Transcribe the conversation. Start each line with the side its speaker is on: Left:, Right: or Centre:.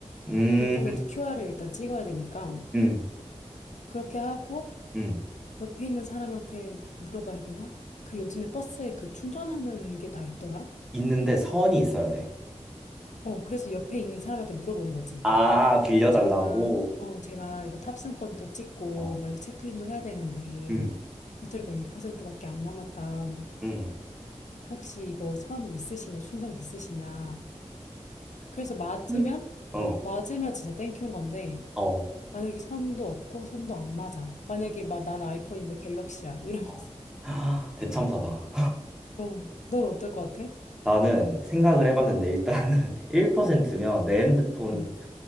Centre: 음,
Left: 1% QR을 일단 찍어야 되니까
Centre: 응,
Left: 그렇게 하고
Centre: 응.
Left: 옆에 있는 사람한테 물어봐야 되나? 그 요즘에 버스에 그 충전하는 게 다 있더라?
Centre: 있는데 선이 있어야 돼.
Left: 어, 그래서 옆에 있는 사람한테 물어보는 거지.
Centre: 아, 빌려달라고?
Left: 제가, 어, 제가 이거 탑승권도 찍고
Centre: 어,
Left: 막 이거 체크인도 해야 되는데
Centre: 응,
Left: 배터리가 1%밖에 안 남았다.
Centre: 응.
Left: 혹시 이거 선 있으시냐, 충전기 있으시냐. 그래서 맞으면,
Centre: 음. 어,
Left: 맞으면 진짜 땡큐인 건데,
Centre: 어.
Left: 만약에 선도 없고, 선도 안 맞아. 만약에 막 난 아이폰인데 갤럭시야. 이러면서.
Centre: 어. 아, 대참사다.
Left: <laughs> 어, 넌 어떨 것 같아?
Centre: 나는 생각을 해봤는데 일단은 <laughs> 1%면 내 핸드폰
Left: 음,